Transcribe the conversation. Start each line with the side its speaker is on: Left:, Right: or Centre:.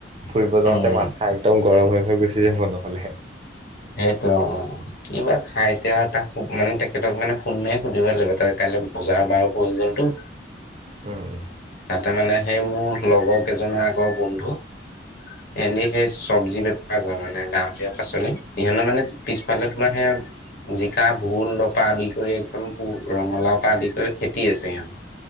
Right: ফুৰিব যাওঁতে
Left: উম
Right: মাথা একদম গৰম হৈ হৈ গুচি যাব নহ'লে।
Left: সেইটো অঁ কিবা খাই এতিয়া তাক মানে তেখেতক মানে ফোন মাৰি সুধিব লাগিব তাৰ কাইলৈ বজাৰ বাৰ পৰিলে তু।
Right: উম
Left: তাতে মানে সেই মোৰ লগৰ কেইজনৰ আগৰ বন্ধু- এনেই সেই চব্জি বেপাৰ কৰে মানে গাঁৱলীয়া পাচলি সিহঁতৰ মানে পিছফালে তোমাৰ সেয়া জিকা ভোল লপা আদি কৰি একদম পু ৰঙালাও পা আদি কৰি খেতি আছে সিহঁতৰ।